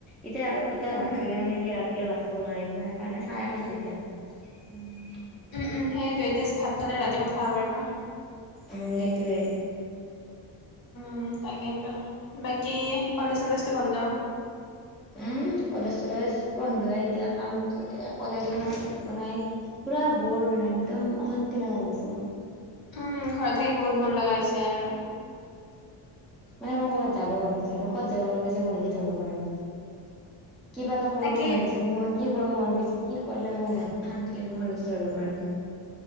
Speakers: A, in the centre; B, on the left (about 45°).
A: এতিয়া আৰু এতিয়া
B: উম
A: ভাত খালে মানে কি ৰাতি এতিয়া ভাত খাব নোৱাৰিম না, সেইকাৰণে চাইে খাইছো এতিয়া।
B: উম উম সেইটো এতিয়া ভাত খালে ৰাতি খাব পাৰিবা।
A: উম সেইটোৱে।
B: উম' তাকেতো, বাকী কলেজ চলেজটো বন্ধ।
A: উম কলেজ চলেজ বন্ধয় এতিয়া কামটো কলেজো নাই একো নাই। পুৰা বৰ মানে একদম অশান্তি লগা হৈ গৈছে মোৰ।
B: উম ঘৰত থাকি বহুত বৰ লগা হৈছে আৰু।
A: মানে মোৰ ক'বাত যাব মন গৈছে কিন্তু কত য মন গৈছে মই নিজে ধৰিব পৰা নাই। কিবা এটা কৰিব
B: তাকে
A: মন গৈছে কিন্তু মই- কি কৰিব মন গৈছে কি কৰিলে মোৰ মন শান্তি লাগিব ময় নিজে ধৰিব পৰা নাই।